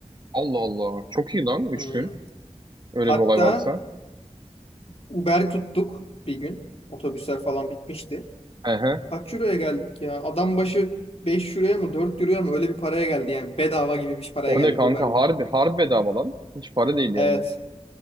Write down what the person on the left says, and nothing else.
Hı.
Hatta
Uber tuttuk bir gün. Otobüsler falan bitmişti.
Kaç euroya geldik ya? Adam başı 5 euroya mı 4 euroya mı öyle bir paraya geldi yani. Bedava gibi bir paraya
geldik
Uber'le.
Evet.